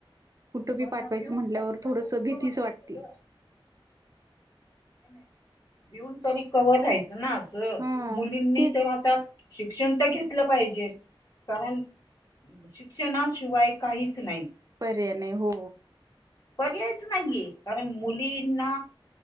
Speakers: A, on the right (about 40°); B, on the left (about 40°).
A: कुठं बी
B: पण
A: पाठवायचं
B: भिऊन
A: म्हटल्यांवर
B: तरी जगाशी
A: थोडंसं भीतीचं
B: कवर राहायचं
A: वाटते.
B: ग नाही भिऊन तरी कंवर राहायचं नांस.
A: हा
B: मुलींनी
A: तेच
B: तरं आताचं शिक्षणं तरं घेतलं पाहिजे कारणं. शिक्षणां शिवांय कांहीं चं नाहीं.
A: पर्यायाने नाहीं हो.
B: पर्यायचं नाहींये कारणं मुलींना.